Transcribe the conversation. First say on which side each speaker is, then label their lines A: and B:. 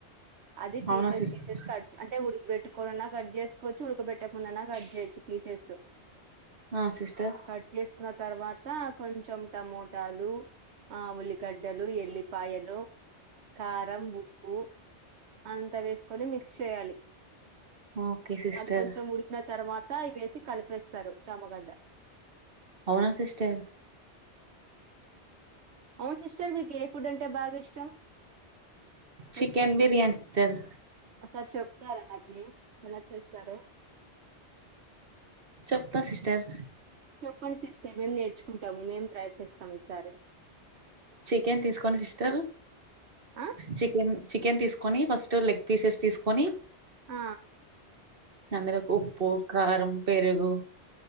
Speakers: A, on the right; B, on the right.
A: అది పీసేస్
B: అవునా సిస్టర్
A: పీసేస్ కట్ అంటే ఉడి కాపెట్టుకోన్నా కట్ చేసుకోవచ్చు ఉడకబెట్టా కుండాన్నా కట్ చేయొచ్చు పీసెస్
B: ఆ సిస్టర్
A: కట్ చేసుకున్న తర్వాత కొంచెం టమోటాలు ఆ ఉల్లి గాడ్డలు ఎల్లి పాయలు కారం ఉప్పు అంతా వేసుకొని మిక్స్ చేయాలి
B: ఓకే సిస్టర్
A: అది కొంచెం ఉడికిన తర్వాత ఇ వేసి కలిపేస్తారు చామగడ్డ
B: అవునా సిస్టర్
A: అవును సిస్టర్ మీకు ఏ ఫుడ్ అంటే బాగా ఇష్టం
B: చికెన్
A: స్వీట్
B: బిర్యానీ సిస్టర్
A: ఒకసారి చెప్తారా నాకి ఎలా చేస్తారో
B: చెప్తా సిస్టర్
A: చెప్పండి సిస్టర్ మేము నేర్చుకుంటాము మేము ట్రై చేస్తాం ఈ సారి
B: చికెన్ తీసుకోని సిస్టర్
A: ఆ
B: చికెన్ చికెన్ తీసుక కొని ఫస్ట్ లెగ్ పీసెస్ తీసుకొని
A: ఆ
B: అందులో ఉప్పు కారం పెరుగు